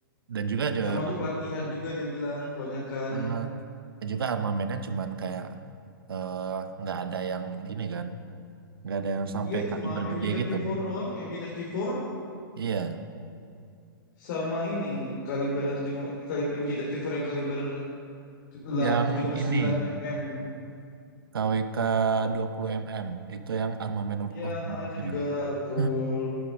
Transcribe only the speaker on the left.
sama untuk latihan juga dia bilang kebanyakan.
Iya cuma
mg empat
doang mg empat
sama ini kaliber yang 7, kali- mg empat yang kaliber delap-
tujuh koma
sembilan mm.
Iya
ha, itu juga betul.